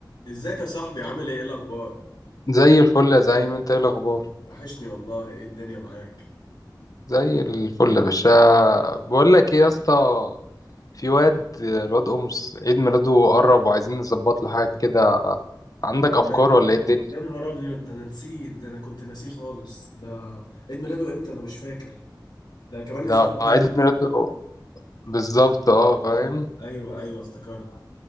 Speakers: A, on the left (about 75°); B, on the left (about 50°).
A: ازيك يا صاحبي عامل ايه ايه الاخبار
B: زي الفل زي ما انت ايه الاخبار
A: وحشني والله ايه الدنيا معاك
B: زي الفل يا باشا بقول لك ايه يا اسطى في واد الواد امس عيد ميلاده قرب وعايزين نظبط له حاجه كده عندك
A: عيد ميلاد
B: افكار
A: ايه؟
B: ولا ايه الدنيا
A: يا نهار ابيض ده انا نسيت ده انا كنت ناسيه خالص ده عيد ميلاده امتى انا مش فاكر ده كمان
B: ده
A: اسبوع باين
B: عيد ميلاده بالظبط اه فاهم
A: اه ايوه ايوه افتكرت